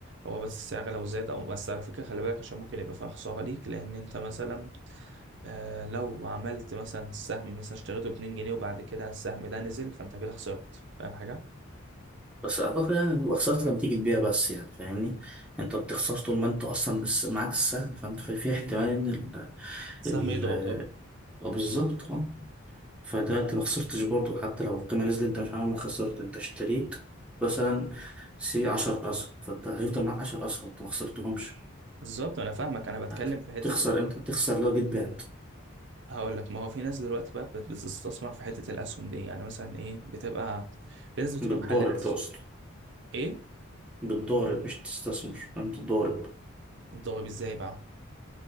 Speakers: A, on the right (about 55°); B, in the centre.
A: هو بس السعر لو زاد او بس على فكره خلي بالك عشان ممكن يبقى فيها خساره ليك لان انت مثلا آه لو عملت مثلا السهم مثلا اشتريته ب 2 جنيه وبعد كده السهم ده نزل فانت كده خسرت فاهم حاجه
B: بس اعتقد يعني بيبقى خسارتك لما تيجي تبيع بس يعني فاهمني؟ انت بتخسر طول ما انت اصلا بس معاك السهم فانت في في احتمال ان ال...
A: سهم
B: ال-
A: يضرب اه
B: اه بالظبط اه فده انت ما خسرتش برضه حتى لو القيمة نزلت انت مش عامل خسرت انت اشتريت مثلا سي 10 أسهم فانت هيفضل معاك 10 أسهم انت ما خسرتهمش
A: فبالظبط انا فاهمك انا بتكلم
B: هتخسر
A: في حته ال...
B: امتى؟ تخسر لو جيت بعت
A: هقول لك ما هو في ناس دلوقتي بقى بت- بتستثمر في حته الاسهم دي يعني مثلا ايه بتبقى في ناس بتبقى
B: بالضارب
A: محلله س-
B: تقصد
A: ايه
B: بالضارب مش تستثمر انت ضارب
A: الضرب ازاي بقى